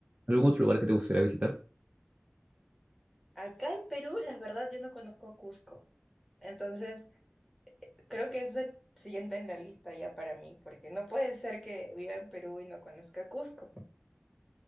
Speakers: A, on the right; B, in the centre.
A: ¿Algún otro lugar que te gustaría visitar?
B: Acá en Perú, la verdad, yo no conozco Cusco. Entonces, creo que es el siguiente en la lista ya para mí, porque no puede ser que viva en Perú y no conozca Cusco.